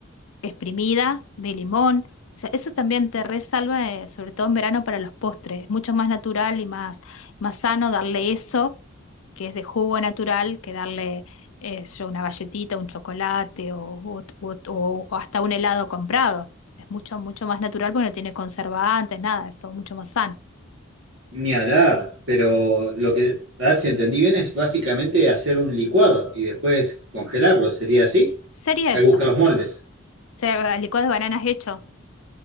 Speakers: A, on the left (about 70°); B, on the right (about 60°).
A: exprimida, de limón. O sea, eso también te resalva, eh, sobre todo en verano para los postres. Es mucho más natural y más, más sano darle eso que es de jugo natural, que darle eh, yo una galletita, un chocolate o, u ot- o- o hasta un helado comprado. Es mucho, mucho más natural porque no tiene conservantes, nada, es todo mucho más sano.
B: ni hablar, pero lo que, a ver si entendí bien, es básicamente hacer un licuado y después congelarlo, ¿sería así?
A: Sería
B: Hay
A: eso.
B: que buscar
A: O
B: los moldes,
A: sea, licuado de bananas hecho.